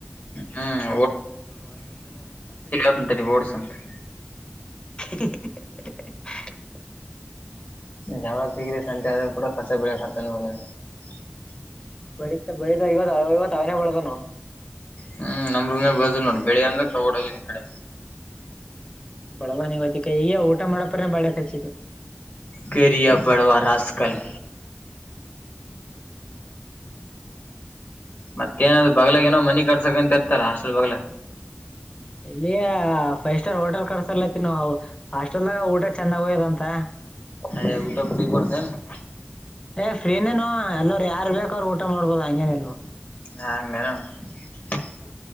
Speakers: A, on the left (about 50°); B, on the left (about 25°).
A: ಹ್ಮ್ ಅಂತ ಹೊಡ್ಸು ಅಂತೆ.
B: <inaudible>
A: ಜಾವರ ಸಂತ ಆದ ಕೂಡ ಕಸ ಬೆಳ ಹತನ ವರ <unintelligible>
B: ಬೆಳಿತ ಬೆಳಿತ ಇವತ್ತು ಇವತ್ತು ಅವನೇ ಬಳ್ದಾನ ನ
A: ಹ್ಮ್ ನಮ್ರಂದ ಬದ ನೋಡಿ ಬೆಳಿ ಅಂದ ಓಡೋಗ್ಯಾನ ಈ ಕಡೆ
B: ಬಳವಾನಿಗ ಗೋತ್ತಿಕ ಈಗ ಊಟ ಮಾಡಪ್ರ ಬಾಳೆ ಹಚ್ಚಿತು
A: ಕರಿಯ ಬಡವಾ ರಾಸ್ಕಲ್ ಮತ್ತೇಏನಾದ ಬಗ್ಲಾಗ ಏನೋ ಮನಿ ಕಟ್ಸಕಂತ ಇರ್ತಾರ ಅಸ್ಲ್ ಬಗ್ಲ
B: ಇಲ್ಲಿಯ ಫೈವ್ ಸ್ಟಾರ್ ಹೋಟೆಲ್ ಕಡಸರ್ಲೈತಿ ನೀ ಹಾಸ್ಟೆಲ್ದಾಗ ಊಟ ಚೆಂದಾಗ ಹೋಯ್ಯದಂತ
A: ಅಲ್ಲಿ ಊಟ ಪ್ರೀ ಕೊಡುತ್ತಾರೆ ಏನು
B: ಏ ಫ್ರೀನೇನು ಎಲ್ಲಾರ ಯಾರ ಬೇಕ ಅವ್ರು ಊಟ ಮಾಡ್ಬೋದು ಹಂಗೇನ ಇಲ್ಲ ನೋಡು
A: <unintelligible>